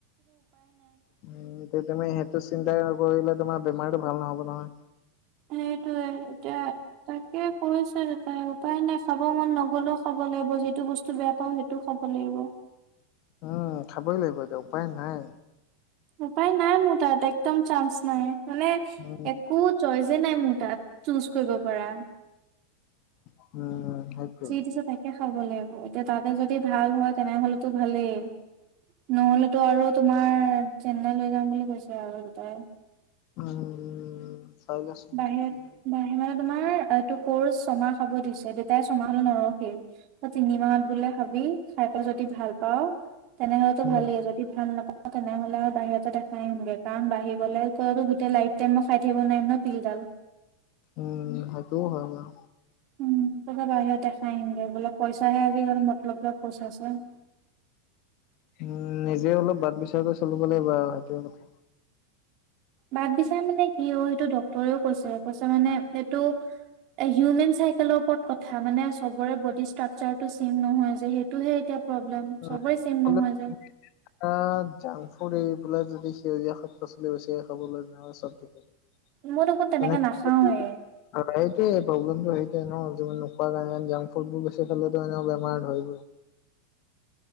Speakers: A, on the left; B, on the right.
A: উম তে তুমি সেইটো চিন্তা নকৰিবা। তমাৰ বেমাৰীটো ভাল নহ'ব নহয়।
B: সেইটোয়ে এতিয়া তাকে কৈছে দেতাই উপায় নাই খাব মন নগলেও খাব লাগিব যিটো বস্তু বেয়া পাওঁ সেইটোও খাব লাগিব।
A: উম খাবই লাগিব দে উপায় নাই।
B: উপায় নাই মোৰ তাত একদম চান্স নাই মানে
A: উম
B: একো চইচ যে নাই মোৰ তাত চুজ কৰিব পৰা।
A: উম সেইটোৱে
B: যি দিছে তাকে খাব লাগিব এতিয়া তাতে যদি ভাল হয় তেনেহলেতো ভালেই। নহলেতো আৰু তোমাৰ চেন্নাই লৈ যাম বুলি কৈছে আৰু দুটাই
A: উম। চাই লচোন
B: বাহিৰ
A: এতিয়া কি হয়
B: বাহে মানে তোমাৰ আৰু তোৰ কছ্ ছমাহ খাব দিছে দেউতাই ছমাহ হলে নৰখেই তই তিনিমাহত বোলে খাবি খাই পেলাই যদি ভাল পাও তেনেহলেতো
A: উম
B: ভালেই যদি ভাল নাপাওঁ। তেনেহ'লে আৰু বাহিৰতে দেখাই আহিমগে কাৰণ বাহিৰ গলে কৈতো গোটেই লাইফ টাইম মই খাই থাকিব নোৱাৰিম ন'। তিলডাল
A: উম সেইটোও হয় বাও
B: উম তাপিছত বাহিৰত দেখাই আহিমগৈ বোলে পইচাহে আজিকাল মতলব যে পইচাছে। <inaudible>
A: উম, নিজে অলপ বাট বিচাৰ কৈ চলিব লাগিব আৰু সেইটোয়ে কথা।
B: বাদ বিচাৰ মানে কি অ' সেইটো ডক্তৰেও কৈছে কৈছে মানে এইটো হিউমেন চাইকেলৰ ওপৰত কথা মানে চবৰে বডি ষ্ট্ৰাকচাৰটো ছেম নহয় যে সেইটোহে এতিয়া। প্ৰব্লেম
A: <unintelligible>
B: চবৰে চেম নহয় যে।
A: বোলে যদি সেউজীয়া শাক -পাচলি বেছি খাবলৈ যাওঁ সেইটোৱে
B: মই দেখোন তেনেকে নাখাওৱে।
A: প্ৰব্লেমটো সেই নুকুৱা কাৰণে জাংক ফুড বোৰ বেছি খালোঁ এতিয়া বেমাৰ ধৰিবই